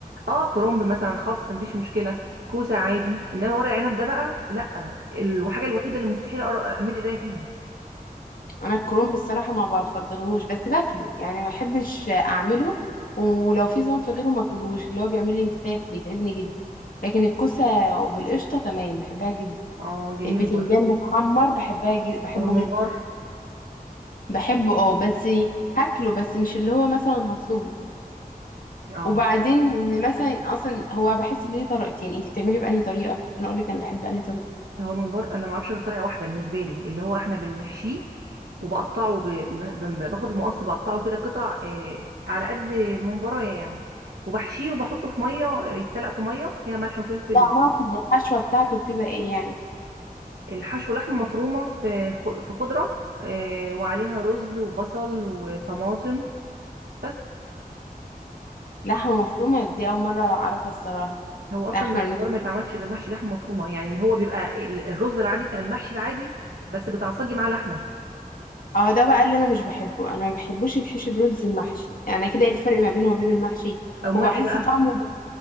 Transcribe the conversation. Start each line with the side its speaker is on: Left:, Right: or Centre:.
Right: اه كرومب مثلا خس مفيش مشكله كوسه عادي انما ورق عنب ده بقى لا الحاجه الوحيده اللي مستحيل أقر- امد ايديا فيها
Left: انا الكرومب الصراحه ما بفضلهوش بس باكله يعني ما بحبش اعمله ولو في صنف غيره ما اكلوش اللي هو بيعمل لي انتفاخ بيتعبني جدا لكن الكوسه وبالقشطه تمام بحبها جدا
Right: اه جميله
Left: البتنجان
Right: برضه
Left: متحمر بحبها جدا بحبه
Right: هو الممبار
Left: جدا بحبه اه بس هاكله بس مش اللي هو مثلا هطلبه
Right: اه
Left: وبعدين إن مثلا اصلا هو بحس ان ليه طريقتين انت بتعملي بانهي طريقه عشان اقول لك انا بحب انهي طريقه
Right: هو الممبار انا ما اعرفش غير طريقه واحده بالنسبه لي اللي هو احنا بنحشيه وبقطعه ب... ب... ب- باخد المقص بقطعه كده قطع آه على قد ممبرايه يعني وبحشيه وبحطه في ميه آه، يتسلق في ميه فيها ملح وفلفل
Left: لا انا اقصد الحشوه بتاعته بتبقى ايه يعني
Right: والحشو لحمه مفرومه في خ- في خضره آه وعليها رز وبصل وطماطم بس
Left: لحمه مفرومه دي اول مره اعرفها الصراحه
Right: هو اصلا
Left: لا احنا
Right: الممبار ما يتعملش غير محشي لحمه مفرومه يعني هو بيبقى ال- الرز العادي بتاع المحشي العادي بس بتعصجي معاه لحمه
Left: اه ده بقى اللي انا مش بحبه انا ما بحبوش يتحشي برز المحشي يعني كده ايه الفرق ما بينه وما بين المحشي
Right: امال
Left: وبحس
Right: ايه بقى
Left: طعمه